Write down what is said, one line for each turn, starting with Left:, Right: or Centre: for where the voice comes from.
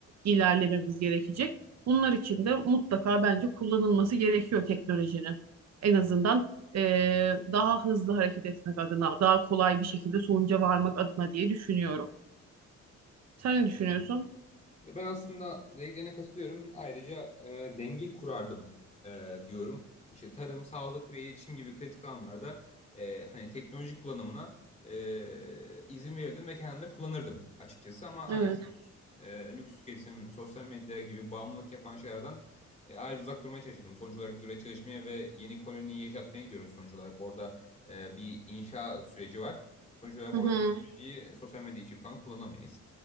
Right: ilerlememiz gerekecek. Bunlar için de mutlaka bence kullanılması gerekiyor teknolojinin. En azından e, daha hızlı hareket etmek adına, daha kolay bir şekilde sonuca varmak adına diye düşünüyorum. Sen ne düşünüyorsun?
Left: Ya ben aslında dediklerine katılıyorum. Ayrıca e, denge kurardım e, diyorum. İşte tarım, sağlık ve iletişim gibi kritik alanlarda e, hani teknoloji kullanımına e, izin verirdim ve kendim de kullanırdım açıkçası. Ama hani
Right: Evet.
Left: lüks, e, lüks tüketim, sosyal medya gibi bağımlılık yapan şeylerden e, ayrıca uzak durmaya çalışırdım. Sonuç olarak biz oraya çalışmaya ve yeni koloniyi yaşatmaya gidiyoruz sonuç olarak. Orada e, bir inşa süreci var. Sonuç olarak
Right: Hı
Left: orada
Right: hı.
Left: teknolojiyi sosyal medya için falan kullanamayız.